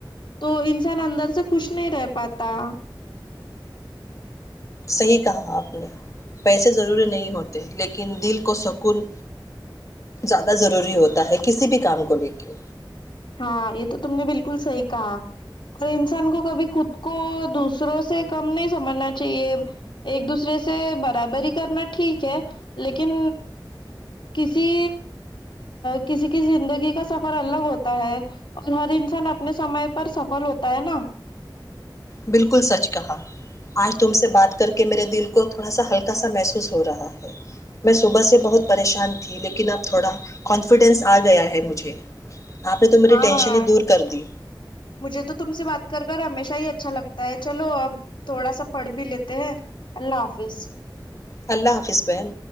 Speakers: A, on the left; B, on the left.
A: تو انسان اندر سے خوش نہیں رہ پاتا
B: صحیح کہا آپ نے پیسے ضروری نہیں ہوتے لیکن دل کو سکون زیادہ ضروری ہوتا ہے کسی بھی کام کو لے کے
A: ہاں یہ تو تم نے بالکل صحی کہا اور انسان کو کبھی خود کو دوسروں سے کم نہیں سمجھنا چاہیے ایک دوسرے سے برابری کرنا ٹھیک ہے لیکن کسی کسی کی زندگی کا سفر الگ ہوتا ہے اور ہر انسان اپنے سمے پر سفل ہوتا ہے نا
B: بالکل سچ کہا آج تم سے بات کر کے میرے دل کو تھوڑا سا ہلکا سا محسوس ہو رہا ہے میں صبح سے بہت پریشان تھی لیکن اب تھوڑا کانفیڈینس آ گیا ہے مجھے آپ نے تو میری
A: ہاں
B: ٹینشن
A: ہاں
B: ہی دور کر دی
A: مجھے تو تم سے بات کر ہمیشہ ہی اچھا لگتا ہے چلو اب تھوڑا سا پڑھ بھی لیتے ہیں اللہ حافظ
B: اللہ حافظ بہن